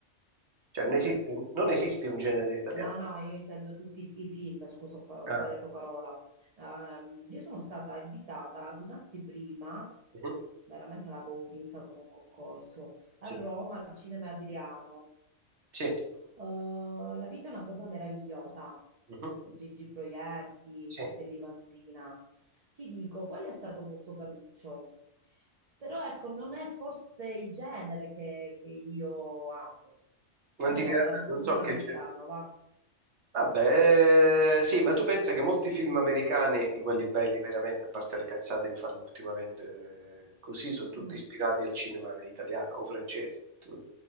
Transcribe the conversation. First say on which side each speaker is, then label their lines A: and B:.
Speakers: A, on the right; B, on the right.
A: cioè, non
B: mm?
A: esiste, non esiste un genere italiano.
B: No, no, io intendo tutti i, f- i film, scusa, ho, pa- ho
A: Ah,
B: sbagliato parola. Ehm, io sono stata invitata ad un'anteprima,
A: mhm,
B: veramente l'avevo vinta con un concorso, a
A: Sì,
B: Roma, al Cinema Adriano.
A: sì,
B: Oh, la vita è una cosa meravigliosa.
A: mhm,
B: Con Gigi Proietti,
A: sì.
B: i fratelli Vanzina. Ti dico, quello è stato molto caruccio. Però ecco, non è forse il genere che, che io amo.
A: Non
B: Non
A: ti
B: so,
A: piace,
B: vado
A: non
B: più sull'americano,
A: so che...
B: va.
A: Vabbè, sì, ma tu pensa che molti film americani, di quelli belli veramente, a parte le cazzate che fanno ultimamente, eh, così sono tutti
B: Mm.
A: ispirati al cinema italiano o francese. Tu-